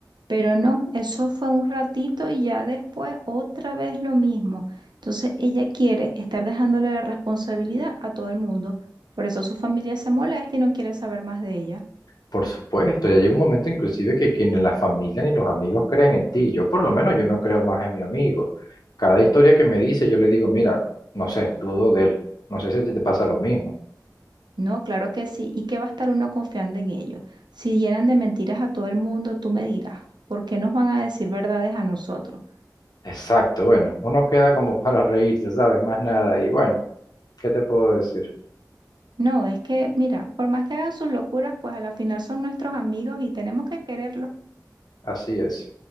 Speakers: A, on the right; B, on the left.
A: Pero no, eso fue un ratito y ya después otra vez lo mismo. Entonces ella quiere estar dejándole la responsabilidad a todo el mundo. Por eso su familia se molesta y no quiere saber más de ella.
B: Por supuesto, ya llega un momento inclusive que, que ni la familia ni los amigos creen en ti. Yo por lo menos yo no creo más en mi amigo. Cada historia que me dice, yo le digo, mira, no sé, dudo de él. No sé si a ti te pasa lo mismo.
A: No, claro que sí. ¿Y qué va a estar uno confiando en ellos? Si llenan de mentiras a todo el mundo, tú me dirás, ¿por qué nos van a decir verdades a nosotros?
B: Exacto, bueno, uno queda como para reírse, ¿sabes? Más nada. Y bueno, ¿qué te puedo decir?
A: No, es que, mira, por más que hagan sus locuras, pues a la final son nuestros amigos y tenemos que quererlos.
B: Así es.